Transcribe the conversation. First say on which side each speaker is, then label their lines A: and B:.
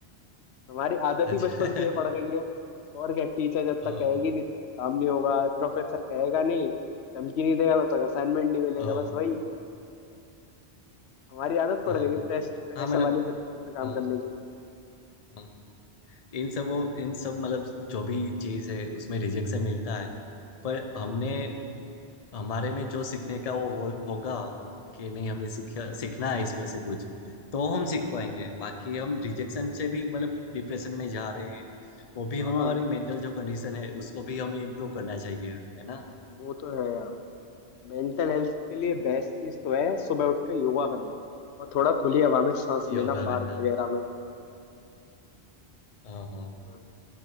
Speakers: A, on the left (about 80°); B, on the left (about 40°).
A: हमारी आदत
B: अच्छा
A: ही बचपन
B: <laughs>
A: से ये पड़ गई है और क्या टीचर जब
B: अ,
A: तक कहेगी नहीं तब तक काम नहीं होगा प्रोफेसर कहेगा नहीं धमकी नहीं देगा तब तक असाइनमेंट नहीं मिलेगा
B: अ,
A: बस वही हमारी आदत पड़
B: अ,
A: गई है प्रेस प्रेशर
B: हाँ मतलब
A: वाली system में काम
B: अ,
A: करने की
B: अ, इन सब वो इन सब मतलब जो भी चीज़ है उसमें रिजेक्शन मिलता है पर हमने हमारे में जो सीखने का वो हो, होगा कि नहीं हमें सीख सीखना है इसमें से कुछ तो हम सीख पाएंगे बाकी हम रिजेक्शन से भी मतलब डिप्रेशन में जा रहे हैं वो भी
A: हाँ
B: हमारी मेंटल जो कंडीशन है उसको भी हमें इम्प्रूव करना चाहिए है ना
A: वो तो है यार मेंटल हेल्थ के लिए बेस्ट चीज तो है सुबह उठ के योगा करना और थोड़ा खुली हवा में सांस
B: योगा
A: लेना
B: करना
A: पार्क वगैरह में
B: हाँ हाँ
A: हाँ,